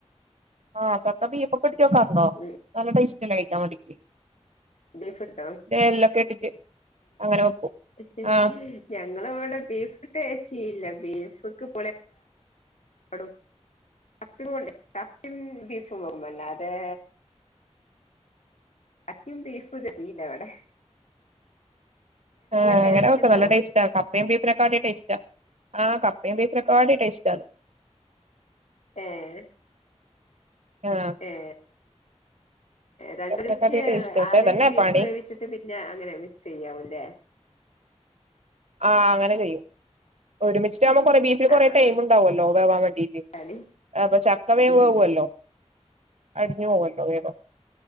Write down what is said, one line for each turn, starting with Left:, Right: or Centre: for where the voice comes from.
Right: ആഹ് ചക്ക ബീഫൊക്കെ ഇട്ടിട്ട് വെക്കാറുണ്ടോ
Left: ഉം
Right: നല്ല ടേയ്സ്റ്റല്ലെ കഴിക്കാൻ വേണ്ടിട്ട്
Left: ബീഫ് കിട്ടോ
Right: എല്ലൊക്കെയിട്ടിട്ട് അങ്ങനെ വെക്കും
Left: <unintelligible>
Right: ആഹ്
Left: ഞങ്ങള് ഇവിടെ ബീഫ് ടെസ്റ്റ് ചെയ്യില്ല ബീഫ്ക്ക് <unintelligible> കപ്പേം കൊണ്ട് കപ്പേം ബീഫുംവാങ്ങും അല്ലാതേ- ചക്കയും ബീഫും <unintelligible> അവിടെ
Right: ആഹ്
Left: ടേസ്റ്റ്
Right: അങ്ങനെ വെക്കും
Left: ഉണ്ടാവോ
Right: നല്ല ടേസ്റ്റാക്ക കപ്പേം ബീഫ്നേക്കാട്ടി ടെസ്റ്റാ ആഹ് കപ്പയുംബീഫ്നേക്കാട്ടി ടെസ്റ്റാത്.
Left: ഏഹ്
Right: ആഹ്
Left: ഏഹ് രണ്ട
Right: ബീഫിനെക്കാട്ടി
Left: <unintelligible> രച്ച്
Right: ടേസ്റ്റ് പക്ഷെ
Left: ആദ്യംബീഫ്
Right: അതന്നെ പണി
Left: വേവിച്ച്ട്ട് പിന്നെ അങ്ങനെ മിക്സ്സെയ്യാവുംലേ?
Right: ആഹ് അങ്ങനെ കഴിയും ഒരുമിച്ച്ട്ട് ആവുമ്പോ കൊറേ ബീ കൊറേ
Left: ആ ആ
Right: ടൈംണ്ടാവല്ലോ വേവാവാൻ വേണ്ടീട്ട്
Left: അടി
Right: അപ്പ ചക്കവേഗം
Left: ഉം
Right: വേവൊല്ലോ
Left: ഉം
Right: അട്ഞ്ഞ് പൊവല്ലോ വേഗം